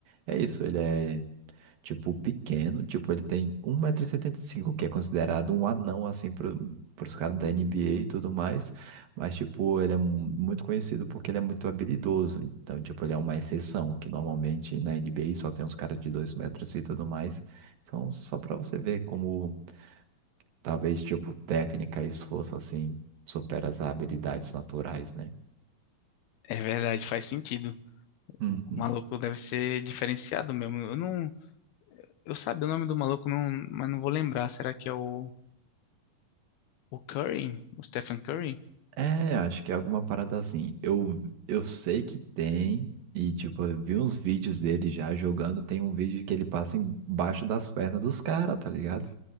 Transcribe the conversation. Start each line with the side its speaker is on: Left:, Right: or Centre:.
Right: é isso, ele é tipo pequeno, tipo, ele tem um metro e setenta e cinco que é considerado um anão assim pro, pros caras da NBA e tudo mais, mas tipo, ele é mu- muito conhecido porque ele é muito habilidoso. Então, tipo, ele é uma exceção, que normalmente na NBA só tem uns caras de 2 metros e tudo mais. Então, só pra você ver como Talvez, tipo, técnica e esforço, assim, supera as habilidades naturais, né?
Left: É verdade, faz sentido.
Right: Uhum.
Left: O maluco deve ser diferenciado mesmo. Eu não, eu sabe o nome do maluco, não, mas não vou lembrar. Será que é o, o Curry? O Stephen Curry?
Right: É, acho que é alguma parada assim. Eu, eu sei que tem, e tipo, eu vi uns vídeos dele já jogando. Tem um vídeo que ele passa embaixo das pernas dos caras, tá ligado?